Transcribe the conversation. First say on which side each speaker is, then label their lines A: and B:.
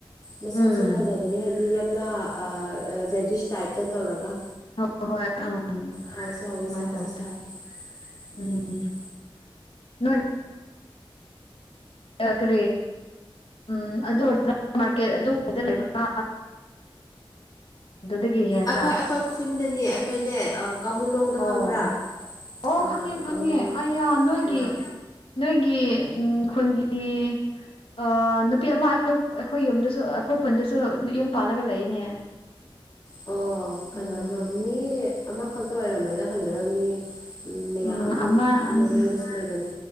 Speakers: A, on the left; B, on the left.
A: ꯃꯁꯛꯁꯨ
B: ꯎꯝ
A: ꯐꯖꯕꯅꯤ ꯍꯥꯏꯗꯤ ꯌꯥꯝꯅ ꯔꯦꯗꯤꯁ ꯇꯥꯏꯞꯇ ꯇꯧꯔꯒ
B: ꯍ ꯍꯣꯏ ꯑꯝ
A: ꯍꯥꯎꯁꯨ ꯍꯥꯎꯋꯤ
B: ꯑꯗꯨꯃꯥꯏꯅ
A: ꯁꯥꯁꯨ
B: ꯇꯧꯋꯦ
A: ꯁꯥꯏ
B: ꯎꯝ
A: ꯎꯝ
B: ꯑ ꯀ ꯎꯝ ꯑꯗꯨ ꯃꯥꯔꯀꯦꯠ ꯑꯗꯨ ꯂꯩꯕ꯭ꯔꯥ ꯑꯗꯨꯗꯒꯤ ꯍꯦꯟꯅ
A: ꯑꯩꯈꯣꯏ ꯑꯩꯈꯣꯏ ꯈꯨꯟꯗꯅꯤ ꯑꯩꯈꯣꯏꯅꯦ ꯀꯍꯨꯜꯂꯣꯡꯗ
B: ꯑꯣ
A: ꯈꯪꯕ꯭ꯔꯥ
B: ꯑꯣ
A: ꯑꯥ
B: ꯈꯪꯉꯦ ꯈꯪꯉꯦ
A: ꯀꯥꯍꯨꯂꯣꯡ
B: ꯑꯩ ꯅꯣꯏꯒꯤ
A: ꯑꯥ
B: ꯅꯣꯏꯒꯤ ꯎꯝ ꯈꯨꯟꯕꯤ ꯑ ꯅꯨꯄꯤ ꯑꯃ ꯑꯩꯈꯣꯏ ꯑꯩꯈꯣꯏ ꯌꯨꯝꯗꯁꯨ ꯑꯩꯈꯣꯏ ꯈꯨꯟꯗꯁꯨ ꯌꯨꯝ ꯄꯥꯜꯂꯒ ꯂꯩꯌꯦꯅꯦ
A: ꯑꯣ ꯀꯅꯥꯅꯣ
B: ꯎꯝ
A: ꯃꯤ ꯑꯃꯈꯛꯇ ꯑꯣꯏꯔꯝꯃꯅ ꯈꯟꯕꯗ ꯃꯤ ꯃꯌꯥꯝ
B: ꯎꯝ ꯑꯃ ꯎꯝ
A: ꯅꯣꯅꯦꯗꯁꯨ ꯂꯩꯕꯅꯤ